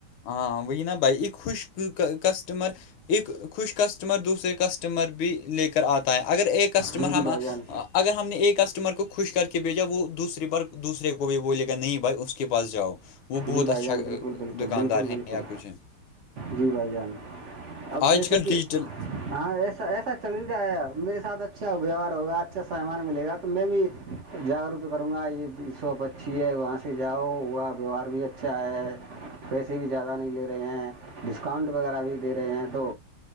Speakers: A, on the left; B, on the right.
A: ہاں وہ یہ نہ بھائی خوش کسٹمر ایک خوش کسٹمر دوسرے کسٹمر بھی لے کر آتا ہے اگر ایک کسٹمر
B: جی
A: ہم
B: جی بھائی
A: ہم
B: جان
A: اگر ہم نے ایک کسٹمر کو خوش کر کے بھیجا وہ دوسری بار دوسرے کو بھی بولے گا نہیں بھائی اس کے پاس جاؤ وہ بہت
B: جی بھائی
A: اچھا
B: جان بالکل بالکل
A: دکاندار
B: بالکل
A: ہیں
B: بالکل
A: یا کچھ ہیں
B: جی بھائی جان اب
A: آج
B: جیسے
A: کل
B: کہ
A: ڈیجیٹل
B: ہاں ایسا ایسا چل رہا ہے میرے ساتھ اچھا ویوہار ہوگا اچھا سامان ملے گا تو میں بھی جاگروک کروں گا یہ شاپ اچھی ہے وہاں سے جاؤ وہ آپ ویوہار بھی اچھا ہے پیسے بھی زیادہ نہیں لے رہے ہیں ڈسکاؤنٹ وغیرہ بھی دے رہے ہیں تو